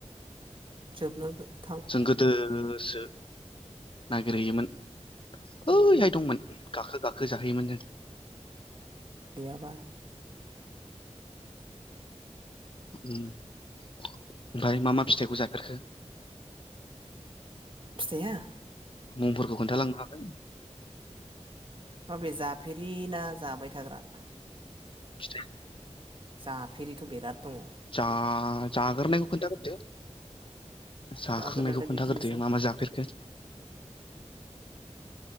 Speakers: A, on the right (about 45°); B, on the left (about 45°).
A: जोबनांगौ
B: जों गोदोसो नागिरहैयोमोन
A: उम
B: ओइहाय दंमोन। गाखो गाखो जाहोयोमोन जों।
A: गैयाबा।
B: उम ओमफाय मा मा फिथाइखौ जाफेरखो?
A: फिथाइया।
B: मुंफोरखौ खोन्थालांनो हागोन?
A: माबे जाफेरि ना जाबाय थाग्रा।
B: फिथाइ,
A: जाफेरिथ' बिराद दङ'
B: जा जाग्रोनायखौ खोनथाग्रोदो। जाखांनायखौ
A: जागोनालाय
B: खोन्थाग्रोनोसै
A: बिदिनोसै
B: मा मा जाफेरखो।
A: <unintelligible>